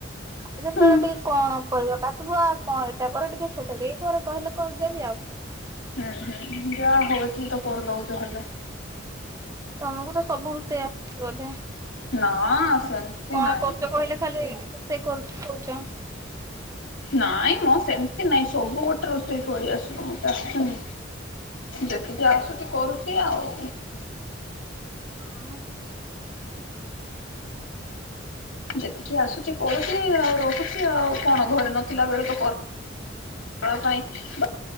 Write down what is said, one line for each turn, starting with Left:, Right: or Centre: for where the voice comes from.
Right: ଖାଲି ଯେତେବେଳେ
Left: ହୁଁ।
Right: ଟିକେ କଣ ପରିବା କାଟିବୁ ଆଉ କଣ, ଏଇଟା କର ଟିକେ ସେଇଟା ଟିକେ କର ଘରେ କହିଲେ କରିଦେବି ଆଉ କଣ।
Left: ହୁଁ- ହୁଁ ଯାହା ହଉ ଏତିକି ତ କରିଦଉଚ ହେଲେ।
Right: ତମକୁ ତ ସବୁ ରୋଷେଇ ଆସିଛି ବୋଧେ?
Left: ନା ସେମିତି
Right: କଣ
Left: ନାଇଁ।
Right: କରୁଚ କହିଲେ ଖାଲି, ରୋଷେଇ କରୁଚ କହୁଚ।
Left: ନାଇଁ ମ ସେମିତି ନାଇଁ, ସବୁ ଗୋଟେ ରୋଷେଇ ଥୋଡି ଆସିବ ମତେ ହୁଁ। ଯେତିକି ଆସୁଚି କରୁଚି ଆଉ।
Right: ଆଉ
Left: ଯେତିକି ଆସୁଛି କରୁଛି ଆଉ, ରହୁଛି ଆଉ କଣ ଘରେ ନଥିଲା ବେଳେ ତ କ ଦବା ପାଇଁ ବା